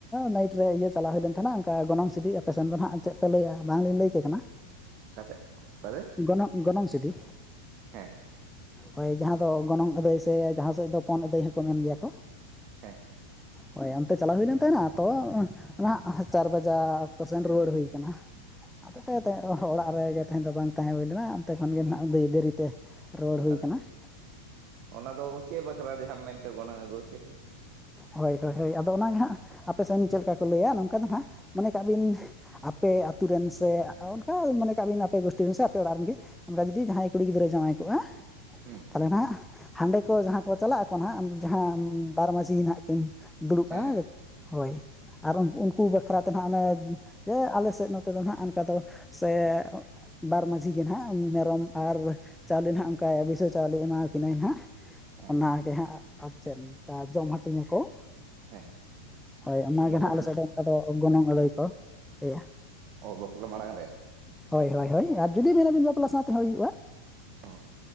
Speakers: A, in the centre; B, on the right.
A: ᱱᱟᱭᱤᱴ ᱨᱮ ᱤᱭᱟᱹ ᱪᱟᱞᱟᱣ ᱦᱩᱭ ᱞᱮᱱ ᱛᱟᱦᱮᱱᱟ, ᱚᱱᱠᱟ ᱜᱚᱱᱚᱝ ᱥᱤᱫᱤ, ᱟᱯᱮᱥᱮᱱ ᱫᱚ ᱦᱟᱸᱜ ᱪᱮᱫ ᱵᱟᱯᱮ ᱞᱟᱹᱭᱟ, ᱵᱟᱝ ᱞᱮ ᱞᱟᱹᱭ ᱠᱮ ᱠᱟᱱᱟ ᱾
B: ᱟᱠᱟᱛᱮ ᱚᱠᱟᱛᱮ
A: ᱜᱚᱱᱚᱜ ᱜᱚᱱᱚᱢ ᱥᱤᱫᱤ
B: ᱦᱮᱸ
A: ᱦᱳᱭ ᱡᱟᱦᱟᱸ ᱫᱚ ᱜᱚᱱᱚᱝ ᱟᱹᱫᱟᱹᱭ ᱥᱮ ᱡᱟᱦᱟᱸ ᱥᱮᱫ ᱫᱚ ᱯᱚᱱ ᱟᱹᱫᱟᱹᱭ ᱦᱚᱸᱠᱚ ᱢᱮᱱ ᱜᱮᱭᱟ ᱠᱚ ᱾
B: ᱦᱮᱸ
A: ᱦᱳᱭ ᱟᱱᱛᱮ ᱪᱟᱞᱟᱣ ᱦᱩᱭ ᱞᱮᱱ ᱛᱟᱦᱮᱸᱱᱟ ᱛᱚ, ᱱᱟᱦᱟᱜ ᱪᱟᱨ ᱵᱟᱡᱟᱜ ᱚᱠᱛᱮ ᱥᱮᱱ ᱨᱩᱣᱟᱹᱲ ᱦᱩᱭᱩ ᱠᱟᱱᱟ ᱾ ᱟᱫᱚ ᱚᱲᱟᱜ ᱨᱮᱜᱮ ᱛᱟᱦᱮᱸ ᱫᱚ ᱵᱟᱝ ᱛᱟᱦᱮᱸ ᱦᱩᱭ ᱞᱮᱱᱟ, ᱚᱱᱛᱮ ᱠᱷᱚᱱ ᱜᱮ ᱱᱟᱦᱱᱟᱜ ᱫᱮᱨᱤ ᱛᱮ ᱨᱩᱣᱟᱹᱲ ᱦᱩᱭ
B: ᱟᱫᱚ
A: ᱟᱠᱟᱱᱟ ᱾
B: ᱚᱱᱟ ᱫᱚ ᱪᱮᱫ ᱵᱟᱠᱷᱨᱟ ᱡᱟᱦᱟᱸᱢ ᱢᱮᱱ ᱜᱚᱱᱚᱝ ᱟᱹᱜᱩ ᱥᱮ ᱪᱮᱫ?
A: ᱦᱳᱭ ᱦᱳᱭ ᱦᱳᱭ, ᱟᱫᱚ ᱚᱱᱟᱜᱮ ᱦᱟᱸᱟᱜ ᱟᱯᱮ ᱥᱮᱫ ᱪᱮᱞᱮᱠᱟ ᱠᱚ ᱞᱟᱹᱭᱟ, ᱱᱚᱝᱠᱟ ᱫᱚ ᱱᱟᱦᱟᱜ ᱢᱚᱱᱮ ᱠᱟᱜ ᱵᱤᱱ ᱟᱯᱮ ᱟᱛᱩ ᱨᱮᱱ ᱥᱮ, ᱚᱱᱠᱟ ᱢᱚᱱᱮ ᱠᱟᱜ ᱵᱮᱱ, ᱟᱯᱮ ᱵᱟᱥᱴᱤ ᱨᱮᱱ ᱥᱮ ᱟᱯᱮ ᱚᱲᱟᱜ ᱨᱮᱱ ᱜᱮ ᱾ ᱚᱱᱠᱟ ᱡᱩᱫᱤ ᱡᱟᱦᱟᱸᱭ ᱠᱩᱲᱤ ᱜᱤᱫᱽᱨᱟᱹ ᱡᱟᱶᱟᱭ ᱠᱚᱜᱼᱟ ᱾
B: ᱦᱩᱸ
A: ᱛᱟᱦᱚᱞᱮ ᱱᱟᱦᱟᱜ ᱦᱟᱸᱰᱮ ᱠᱚ ᱡᱟᱦᱟᱸ ᱠᱚ ᱪᱟᱞᱟᱜ ᱟᱠᱚ ᱱᱟᱦᱟᱜ ᱡᱟᱦᱟᱸ ᱵᱟᱨ ᱢᱟᱹᱡᱷᱤ ᱱᱟᱦᱟᱜ ᱠᱤᱱ ᱫᱩᱲᱩᱵᱼᱟ
B: ᱦᱮᱸ ᱦᱮᱸ
A: ᱦᱳᱭ, ᱟᱨ ᱩᱱᱠᱩ ᱵᱟᱠᱷᱨᱟ ᱛᱮ ᱦᱟᱜ ᱚᱱᱮ ᱡᱮ ᱟᱞᱮ ᱥᱮᱫ ᱱᱚᱛᱮ ᱫᱚ ᱦᱟᱜ ᱚᱱᱠᱟ ᱫᱚ ᱥᱮ ᱵᱟᱨ ᱢᱟᱺᱡᱷᱤ ᱜᱮ ᱦᱟᱜ ᱢᱮᱨᱚᱢ ᱟᱨ ᱪᱟᱣᱞᱮ ᱱᱟᱜ ᱚᱱᱠᱟ ᱵᱤᱥᱟᱹ ᱪᱟᱣᱞᱮ ᱮᱢᱟ ᱠᱤᱱᱟᱭ ᱦᱟᱜ ᱾
B: ᱦᱮᱸ
A: ᱚᱱᱟᱜᱮ ᱦᱟᱸᱜ ᱟᱨ ᱪᱮᱫ ᱡᱚᱢ ᱦᱟᱹᱴᱤᱧᱟ ᱠᱚ ᱾
B: ᱦᱮᱸ
A: ᱦᱳᱭ ᱚᱱᱟᱜᱮ
B: ᱵᱟᱯᱞᱟ
A: ᱱᱟᱦᱟᱜ ᱟᱞᱮ ᱥᱮᱫ ᱚᱱᱠᱟ ᱫᱚ ᱜᱚᱱᱚᱝ ᱟᱹᱫᱟᱹᱭ ᱠᱚ ᱞᱟᱹᱭᱟ
B: ᱚ ᱵᱟᱯᱞᱟ ᱢᱟᱲᱟᱝ ᱨᱮ
A: ᱦᱳᱭ ᱦᱳᱭ ᱦᱳᱭ ᱟᱨ ᱡᱩᱫᱤ ᱢᱮᱱᱟᱵᱤᱱ ᱵᱟᱯᱞᱟ ᱥᱟᱶᱛᱮ ᱦᱚᱸ ᱦᱩᱭᱩᱜᱼᱟ
B: ᱚ